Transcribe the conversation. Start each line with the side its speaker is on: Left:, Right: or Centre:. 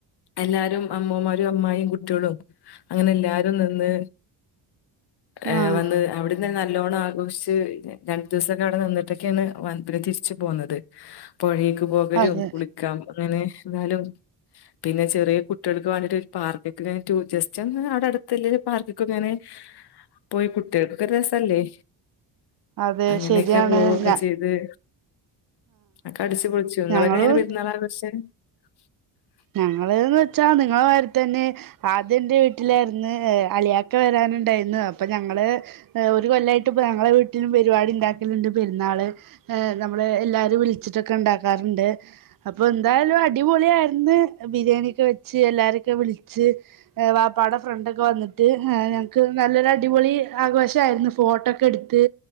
Left: എല്ലാരും അമ്മമാരും അമ്മായിയും കുട്ടികളും അങ്ങനെ എല്ലാരും നിന്ന് ഏ
Right: ആഹ്
Left: വന്ന് അവിടന്ന് എങ്ങാനും നാലോണം ആഘോഷിച്ച് രണ്ടു ദിവസൊക്കെ അവിടെ നിന്നിട്ടൊക്കെയാണ് പിന്നെ തിരിച്ചു പോന്നത് പോഴേക്ക് പോകലും
Right: അതെ
Left: കുളിക്കാം അങ്ങനെ എന്നാലും പിന്നെ ചെറിയ കുട്ടികൾക്ക് വേണ്ടിട്ട് പാർക്കൊക്കെ ഇങ്ങ ജസ്റ്റ് ഒന്ന് അവിടെ അടുത്തല്ലേ പാർക്കൊക്കെ ഇങ്ങനെ പോയി കുട്ടികൾക്കൊക്കെ രസല്ലേ
Right: അതെ
Left: അങ്ങനെയൊക്കെ
Right: ശരിയാണ്
Left: പോവൊക്കെ
Right: ഞാ
Left: ചെയ്ത് ഒക്കെ അടിച്ചു പൊളിച്ചു ഇങ്ങളൊക്കെ
Right: ഞങ്ങളും
Left: എങ്ങനെ പെരുന്നാള് അലോഷിച്ച് <unintelligible>
Right: ഞങ്ങള്ന്ന് വെച്ചാ നിങ്ങള മാരി തന്നെ ആദ്യം എന്റെ വീട്ടിലായിരുന്നു അലിയക്കെ വരാനുണ്ടായിരുന്നു അപ്പൊ ഞങ്ങള് ഒരു കൊല്ലമായിട്ട് ഇപ്പ ഞങ്ങളെ വീട്ടിലും പരിപാടി ഉണ്ടാക്കലുണ്ട് പെരുന്നാള് ഏ നമ്മള് എല്ലാരും വിളിച്ചിട്ടൊക്കെ ഉണ്ടാക്കർ ഉണ്ട് അപ്പ എന്തായാലും അടിപൊളി ആയിരുന്നു ഇന്ന് ബിരിയാണിക്കെ വെച്ച് എല്ലാരൊക്കെ വിളി ച്ച് എ വാപ്പാടെ ഫ്രണ്ടൊക്കെ വന്നിട്ട് എ ഞങ്ങക്ക് നല്ലൊരു അടിപൊളി ആഘോഷയിരുന്നു ഫോട്ടോക്കെ എടുത്ത്